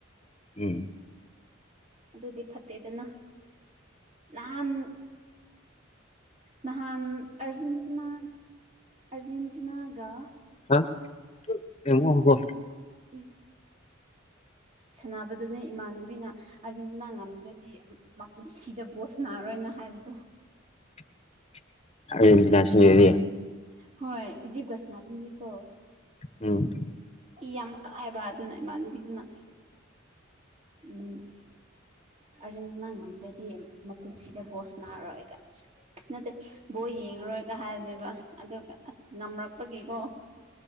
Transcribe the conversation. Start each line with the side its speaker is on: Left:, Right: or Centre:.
Left: ꯎꯝ
Right: ꯑꯗꯨꯗꯤ ꯐꯠꯇꯦꯗꯅ ꯅꯍꯥꯟ ꯅꯍꯥꯟ ꯑꯔꯖꯦꯟꯇꯤꯅꯥ ꯑꯔꯖꯦꯟꯦꯟꯇꯤꯅꯥꯒ
Left: <unintelligible>
Right: <unintelligible> ꯁꯥꯟꯅꯕꯗꯨꯅꯦ ꯏꯃꯥꯟꯅꯕꯤꯅ ꯑꯥꯔꯖꯦꯟꯇꯤꯅꯥ ꯉꯝꯗ꯭ꯔꯗꯤ ꯃꯄꯨꯟꯁꯤꯗ ꯕꯣꯁ ꯁꯅꯥꯔꯣꯏꯅ ꯍꯥꯏꯕꯗꯣ
Left: <inaudible> ꯑꯔꯖꯦꯟꯇꯤꯅꯥ ꯁꯤꯔꯗꯤ
Right: ꯍꯣꯏ ꯏꯖꯤꯞꯀ ꯁꯅꯕ ꯅꯨꯃꯤꯠꯇꯣ
Left: ꯎꯝ
Right: ꯏ ꯌꯥꯝ ꯀꯥꯏꯑꯦꯕ ꯑꯗꯨꯅ ꯏꯃꯥꯟꯕꯤꯗꯨꯅ ꯎꯝ ꯑꯥꯔꯖꯦꯟꯇꯤꯅꯥ ꯉꯝꯗ꯭ꯔꯗꯤ ꯃꯄꯨꯟꯁꯤꯗ ꯕꯣꯁ ꯅꯥꯔꯣꯏꯒ ꯅꯠꯇꯦ ꯕꯣ ꯌꯦꯡꯉꯔꯣꯏ ꯀ ꯍꯥꯏꯕꯅꯦꯕ ꯑꯗꯨꯒ ꯑꯁ ꯉꯝꯔꯛꯄꯒꯤꯀꯣ